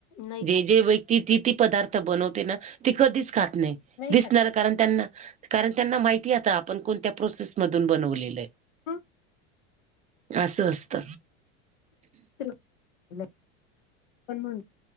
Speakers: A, on the left; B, on the right.
A: नाही
B: जे
A: खात
B: जे व त ति ती पदार्थ बनवते ना ती कधीच खात नाही दिसणार
A: खात ती
B: कारण त्यांना कारण त्यांना माहिती आता आपण कोणत्या प्रोसेसमधून बनवलेलं आहे
A: हम
B: असं असस्त
A: त पण म्हण